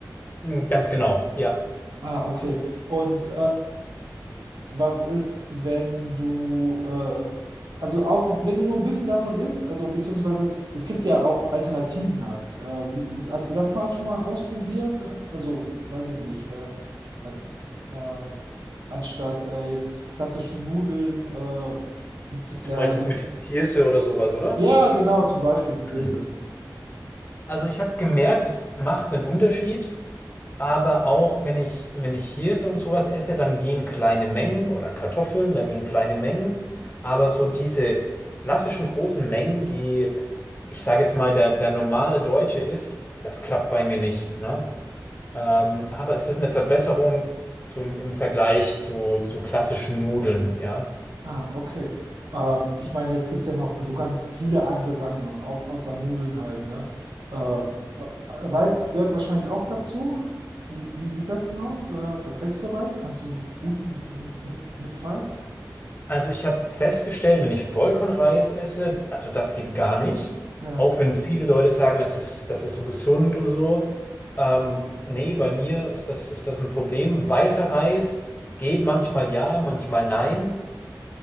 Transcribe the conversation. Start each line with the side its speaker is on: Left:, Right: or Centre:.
Left: Mm, Ganz genau, ja.
Right: Ah, okay. Und äh, was ist, wenn du, äh, also auch wenn du nur ein bisschen davon isst, also beziehungsweise es gibt ja auch Alternativen halt. Äh, wie, hast du das mal schon mal ausprobiert? Also, weiß ich nicht, äh, äh, äh, anstatt äh, jetzt klassische Nudeln äh, gibt
Left: Du,
Right: es
Left: du
Right: ja,
Left: meinst jetzt
Right: Nu-
Left: mit Hirse oder sowas, oder?
Right: ja, genau, zum Beispiel mit Hirse.
Left: Mhm. Also ich habe gemerkt, es macht einen Unterschied, aber auch wenn ich, wenn ich Hirse und sowas esse, dann gehen kleine Mengen oder Kartoffeln, dann gehen kleine Mengen. Aber so diese klassischen großen Mengen, die, ich sage jetzt mal, der, der normale Deutsche isst, das klappt bei mir nicht, ne? Ähm, aber es ist eine Verbesserung zum, im Vergleich zu, zu klassischen Nudeln, ja.
Right: Ah, okay. Ähm, ich meine, jetzt gibt es ja noch so ganz viele andere Sachen, au außer Nudeln halt, ne? Äh, Reis gehört wahrscheinlich auch dazu. Wie, wie sieht das denn aus? Äh, verträgst du Reis? Kannst du gut mit, mit Reis?
Left: Also ich habe festgestellt, wenn ich Vollkornreis esse, also das geht gar nicht.
Right: Ja,
Left: Auch wenn viele Leute sagen, das ist, das ist so gesund und so. Ähm, nee, bei mir ist das, ist das ein Problem. Weißer Reis geht manchmal ja, manchmal nein.